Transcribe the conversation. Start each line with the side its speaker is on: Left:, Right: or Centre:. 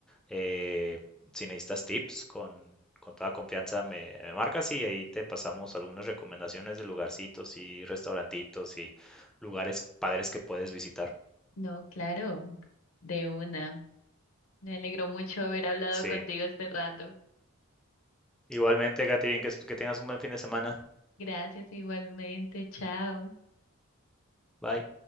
Centre: Eh, si necesitas tips, con, con toda confianza me, me marcas y ahí te pasamos algunas recomendaciones de lugarcitos y restaurantitos y lugares padres que puedes visitar.
Left: No, claro, de una. Me alegro mucho haber hablado
Centre: Sí,
Left: contigo este rato.
Centre: igualmente, Catherine, que, que tengas un buen fin de semana.
Left: Gracias igualmente. Chao.
Centre: Bye.